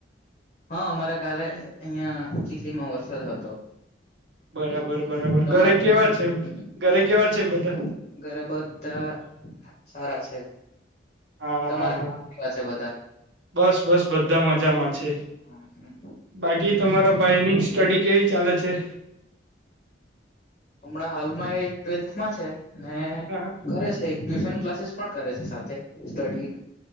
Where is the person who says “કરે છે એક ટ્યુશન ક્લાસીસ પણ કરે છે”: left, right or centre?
Left